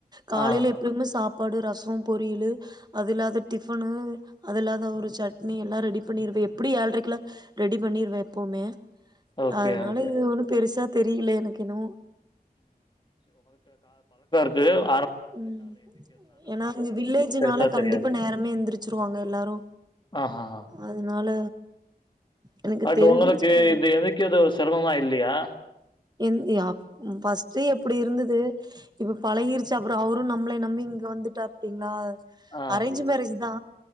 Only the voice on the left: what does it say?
ஆ.
ஓகே,
ஓகே.
து
பெருசா
தெரியாது.
ஆஹஹா!
பட்
உங்களுக்கு இது எந்திரிகிறது செரமமா இல்லயா?
ஆ,